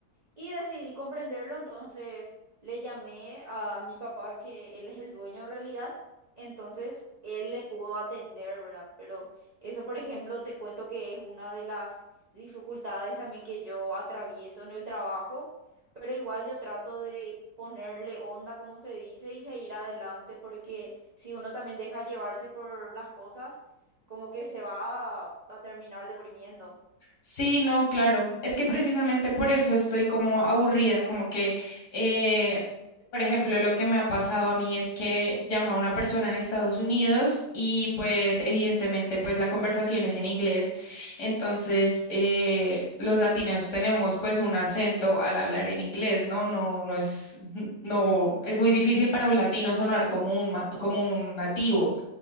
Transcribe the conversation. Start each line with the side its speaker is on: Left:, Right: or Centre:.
Right: y decidí comprenderlo. Entonces le llamé a mi papá, que él es el dueño en realidad. Entonces él le pudo atender, ¿verdad? Pero eso, por ejemplo, te cuento que es una de las dificultades también que yo atravieso en el trabajo. Pero igual yo trato de ponerle onda, como se dice, y seguir adelante, porque si uno también deja llevarse por las cosas como que se va a, a terminar deprimiendo.
Left: Sí, no, claro. Es que precisamente por eso estoy como aburrida, como que, eh, por ejemplo, lo que me ha pasado a mí es que llamo a una persona en Estados Unidos y pues evidentemente pues la conversación es en inglés. Entonces, eh, los latinos tenemos pues un acento al hablar en inglés, ¿no? No, no es, no, es muy difícil para un latino sonar como un, ma- como un nativo.